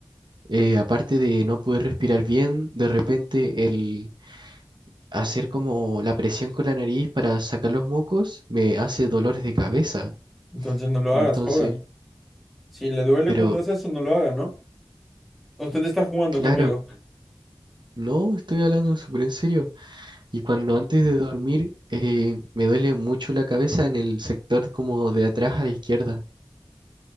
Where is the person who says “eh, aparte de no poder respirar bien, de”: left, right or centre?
Right